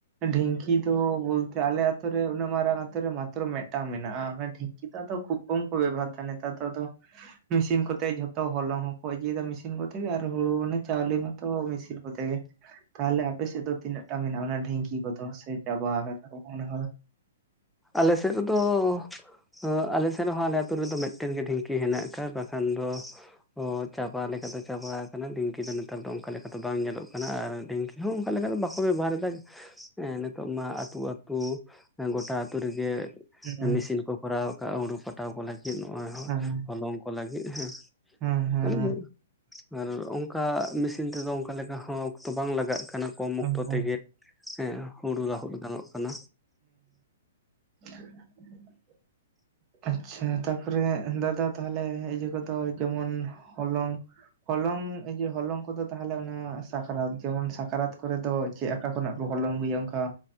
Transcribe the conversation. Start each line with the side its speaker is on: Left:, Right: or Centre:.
Right: ᱰᱷᱽᱤᱝᱠᱤ ᱫᱚ ᱵᱚᱞᱛᱮ ᱟᱞᱮ ᱟᱛᱩᱨᱮ ᱩᱱᱟᱹᱜ ᱢᱟᱨᱟᱝ ᱟᱛ ᱨᱮ ᱢᱟᱛᱨᱚ ᱢᱤᱫᱴᱟᱝ ᱢᱮᱱᱟᱜᱼᱟ ᱾ᱚᱱᱟ ᱰᱷᱽᱤᱝᱠᱤ ᱱᱮᱛᱟᱨ ᱫᱚ ᱠᱷᱩᱵ ᱠᱚᱢ ᱠᱚ ᱵᱮᱵᱚᱦᱟᱨᱫᱟ ᱱᱮᱛᱟᱨ ᱫᱚ ᱟᱫᱚ ᱢᱮᱥᱤᱱ ᱠᱚᱛᱮ ᱡᱷᱚᱛᱚ ᱦᱚᱞᱚᱝ ᱦᱚᱸ ᱦᱚ ᱤᱡᱤ ᱡᱟ ᱢᱮᱥᱤᱱ ᱠᱚᱛᱮ ᱜᱮ ᱟᱨ ᱦᱩᱲᱩ ᱢᱟᱱᱮ ᱪᱟᱣᱞᱤ ᱢᱚᱛᱚ ᱢᱮᱥᱤᱱ ᱠᱚᱛᱮ ᱜᱮ ᱛᱟᱦᱚᱞᱮ ᱟᱯᱮ ᱥᱮᱫ ᱫᱚ ᱛᱤᱱᱟᱹᱜ ᱴᱟ ᱢᱮᱱᱟᱜᱼᱟ ᱰᱷᱤᱝᱠᱤ ᱠᱚᱫᱚ ᱥᱮ ᱪᱟᱵᱟ ᱠᱟᱫᱟ ᱚᱱᱟ
Centre: ᱟᱞᱮ ᱥᱮᱫ ᱨᱮᱫᱚ ᱚ ᱟᱞᱮ ᱥᱮᱫ ᱨᱮᱦᱚᱸ ᱟᱞᱮ ᱟᱛ ᱨᱮᱫᱚ ᱢᱤᱫᱴᱮᱱᱜᱮ ᱰᱷᱤᱝᱠᱤ ᱦᱮᱱᱟᱜ ᱠᱟᱫᱟ ᱵᱟᱠᱷᱟᱱ ᱫᱚ ᱚ ᱪᱟᱵᱟ ᱞᱮᱠᱟᱛᱮ ᱪᱟᱵᱟ ᱠᱟᱱᱟ ᱰᱷᱤᱝᱠᱤ ᱫᱚ ᱱᱮᱛᱟᱨ ᱫᱚ ᱚᱱᱠᱟ ᱫᱚ ᱵᱟᱝ ᱧᱮᱞᱚᱜ ᱠᱟᱱᱟ, ᱟᱨ ᱰᱷᱤᱝᱠᱤ ᱦᱩᱸ ᱚᱱᱠᱟ ᱞᱮᱠᱟ ᱫᱚ ᱵᱟᱠᱚ ᱵᱮᱵᱚᱦᱟᱨ ᱫᱟ ᱱᱤᱛᱚᱜ ᱢᱟ ᱟᱹᱛᱩ ᱟᱹᱛᱩ ᱜᱚᱴᱟ ᱟᱛᱩ ᱨᱮᱜᱮ
Right: ᱦᱩᱸ
Centre: ᱢᱮᱥᱤᱱ ᱠᱚ ᱠᱚᱨᱟᱣ ᱠᱟᱫ ᱦᱩᱲᱩ ᱯᱟᱴᱟᱣ ᱠᱚ ᱞᱟᱹᱜᱤᱫ ᱱᱚᱜᱚᱭ
Right: ᱦᱮᱸ
Centre: ᱦᱚᱞᱚᱝ ᱠᱚ ᱞᱟᱹᱜᱤᱫ ᱦᱮᱸ
Right: ᱦᱮᱸ ᱦᱮᱸ
Centre: ᱟᱞᱮ ᱫᱚ ᱟᱨ ᱚᱝᱠᱟ ᱢᱮᱥᱤᱱ ᱛᱮᱫᱚ ᱚᱝᱠᱟ ᱞᱮᱠᱟ ᱦᱚᱸ ᱚᱠᱛᱚ ᱵᱟᱝ ᱞᱟᱜᱟᱜ ᱠᱟᱱᱟ ᱠᱚᱢ ᱚᱠᱛᱚ
Right: ᱮᱠᱫᱚᱢ
Centre: ᱛᱮᱜᱮ
Right: ᱦᱮᱸ
Centre: ᱦᱮᱸ ᱦᱩᱲᱩ ᱨᱟᱦᱩᱫ ᱜᱟᱱᱚᱜ ᱠᱟᱱᱟ᱾
Right: ᱦ ᱟᱪᱪᱷᱟ ᱛᱟᱯᱚᱨᱮ ᱫᱟᱫᱟ ᱛᱟᱦᱚᱞᱮ ᱤᱭᱟᱹ ᱠᱚᱫᱚ ᱡᱮᱢᱚᱱ ᱦᱚᱞᱚᱝ ᱦᱚᱞᱚᱝ ᱤᱭᱟᱹ ᱦᱚᱞᱚᱝ ᱠᱚᱫᱚ ᱛᱟᱦᱚᱞᱮ ᱚᱱᱟ ᱥᱟᱠᱨᱟᱛ ᱡᱮᱢᱚᱱ ᱥᱟᱠᱨᱟᱛ ᱠᱚᱨᱮ ᱫᱚ ᱪᱮᱫ ᱟᱠᱟ ᱠᱷᱚᱱᱟᱜ ᱠᱚ ᱦᱚᱞᱚᱝ ᱟᱹᱜᱩᱭᱟ ᱚᱝᱠᱟ